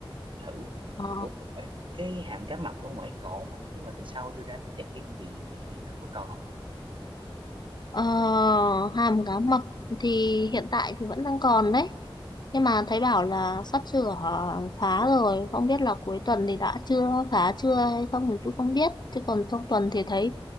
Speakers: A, on the right; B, on the left.
A: để thử
B: ờ,
A: ủa ê, cái hàm cá mập ở ngoài còn không mày nếu mà tuần sau tôi ra tôi check in thì thì thì nó có còn không
B: ờ, hàm cá mập thì hiện tại thì vẫn đang còn đấy nhưng mà thấy
A: ừ.
B: bảo là sắp sửa ờ, phá rồi không biết là cuối tuần thì đã chưa phá chưa hay không thì tôi không biết chứ còn trong tuần thì thấy